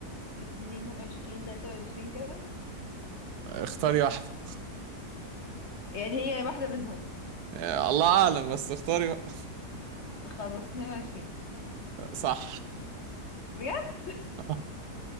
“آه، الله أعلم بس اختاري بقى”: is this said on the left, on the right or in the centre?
Right